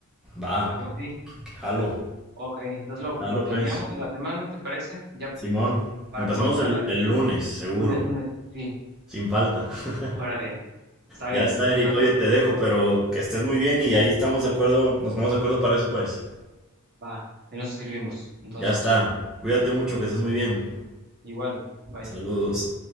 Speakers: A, on the right; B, in the centre.
A: algo
B: Va,
A: así.
B: jalo,
A: Ok, entonces lo,
B: jalo
A: lo planeamos
B: pues.
A: en la semana, ¿te parece? Ya p-
B: Simón,
A: para
B: empezamos
A: comenzar
B: el,
A: la siguiente.
B: el lunes, seguro,
A: Lunes, lunes, sí.
B: sin falta. <laughs>
A: Órale. Está bien.
B: Ya está,
A: Entonces,
B: Eric, oye, te dejo, pero que estés muy bien y ahí estamos de acuerdo, nos ponemos de acuerdo para eso pues.
A: va. Y nos escribimos. Entonces,
B: Ya está, cuídate mucho, que estés muy bien.
A: igual. bye.
B: Saludos.